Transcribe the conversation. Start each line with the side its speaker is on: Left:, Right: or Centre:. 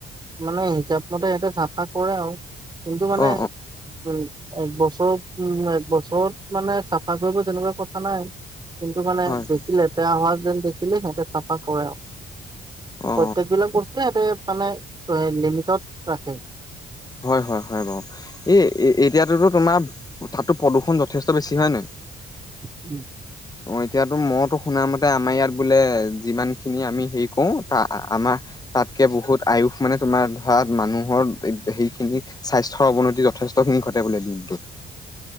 Right: মানে হিচাপ মতে সিহঁতে চাফা কৰে আৰু। কিন্তু মানে
Left: অ অ
Right: উম। এক বছৰত উ এক বছৰত মানে চাফা কৰিব তেনেকুৱা কথা নাই। কিন্তু মানে
Left: হয় হয়
Right: বেছি লেতেৰা হোৱাত মোক দেখিলে সিহঁতে চাফা কৰে আৰু।
Left: অ
Right: প্ৰত্যেক বিলাক বস্তু মানে লিমিটত ৰাখে।
Left: হয়, হয়, হয় বাৰু। এই এতিয়াততো তোমাৰ তাতো প্ৰদূষণ যথেষ্ট বেছি হয় নাই?
Right: উম।
Left: অ, এতিয়াতো মইতো শুনা মতে আমাৰ ইয়াত বোলে যিমান খিনি আমি হেৰি কৰো। ত আমাৰ তাতকে বহুত আয়ুস মানে তোমাৰ ধৰা মানুহৰ সেইখিনি স্বাস্থ্যৰ অৱনতি যথেষ্টখিনি ঘটে বোলে দিনটোত।